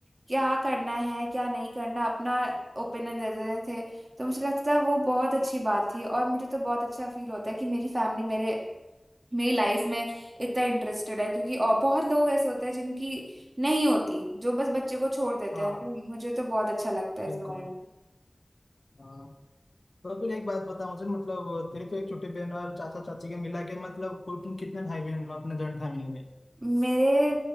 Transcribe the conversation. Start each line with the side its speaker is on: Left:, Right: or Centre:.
Right: क्या करना है क्या नहीं करना अपना ओपिनियन दे देते थे तो मुझे लगता था वो बहुत अच्छी बात थी और मुझे तो बहुत अच्छा फील होता है कि मेरी फैमिली मेरे मेरी लाइफ में इतना इंटरेस्टेड है क्योंकि और बहुत लोग ऐसे होते हैं जिनकी नहीं होती जो बस बच्चे को छोड़ देते
Left: हाँ
Right: हैं तो मुझे तो बहुत अच्छा लगता है इस
Left: बिल्कुल
Right: बारे में
Left: हाँ तो फिर एक बात बता मुझे मतलब तेरी तो एक छोटी बहन और चाचा चाची के मिला के मतलब कुल तुम कितने भाई बहन हो अपने जॉइंट फैमिली में
Right: मेरे